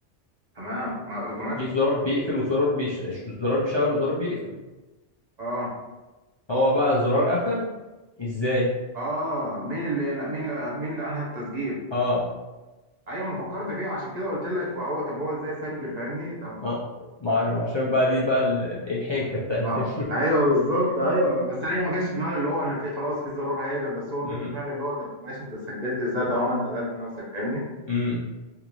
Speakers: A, on the right; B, on the left.
A: تمام مع اوتوماتيك
B: في زرار بيقفل وزرار بيش... زرار بيشغل وزرار بيقفل
A: اه
B: هو بقى الزرار قفل ازاي
A: اه مين اللي مين اللي مين اللي انهى التسجيل
B: اه
A: ايوه ما فكرت فيها عشان كده قلت لك فهو طب هو ازاي سجل فاهمني طب ما
B: اه مع... عشان بقى دي بقى ال- الحنكة بتاعت
A: آه
B: <laughs> ال-
A: ايوه بالظبط ايوه بس انا ما جاش في دماغي اللي هو ان في خلاص في زرار هيقفل بس هو
B: مم.
A: جه في دماغي اللي هو طب ماشي انت سجلت ازاي طالما انت قتلت نفسك فاهمني
B: امم